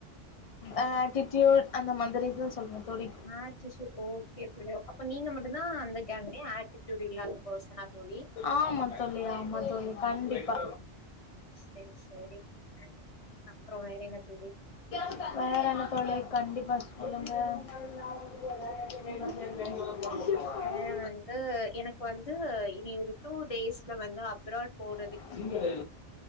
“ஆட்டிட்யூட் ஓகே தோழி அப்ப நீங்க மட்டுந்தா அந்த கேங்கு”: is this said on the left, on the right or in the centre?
Left